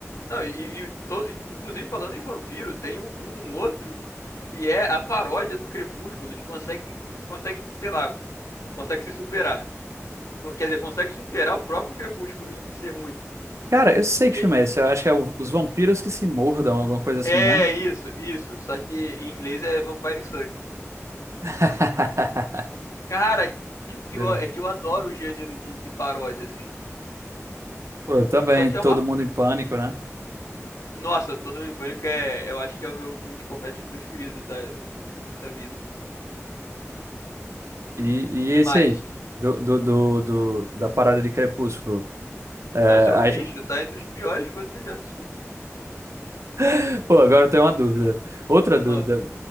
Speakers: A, on the left; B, on the right.
A: Não, e, e todo, inclusive falando em vampiro, tem um, um outro que é a paródia do Crepúsculo, de consegue, consegue, sei lá, consegue se superar. Co- Quer dizer, consegue superar o próprio Crepúsculo em ser ruim.
B: Cara, eu sei que
A: E-
B: filme é esse. Eu acho que é o- Os Vampiros que se mordam, alguma coisa assim,
A: É
B: né?
A: isso, isso. Só que em inglês é Vampire Suck.
B: <laughs>
A: Cara, e e o pior
B: Entendeu?
A: é que eu adoro o gênero de, de paródia, assim.
B: Pô, eu também,
A: Só que
B: Todo
A: é uma.
B: Mundo em Pânico, né?
A: Nossa, Todo Mundo em Pânico é. Eu acho que é o meu filme de comédia preferido da, da vida.
B: E, e
A: Que
B: esse
A: mais?
B: aí, do, do, do, do- da parada de Crepúsculo. É,
A: Não, isso é um
B: aí-
A: lixo, tá entre as piores coisas que eu já assisti.
B: <laughs> Pô, agora eu tenho uma dúvida. Outra dúvida.
A: Ah.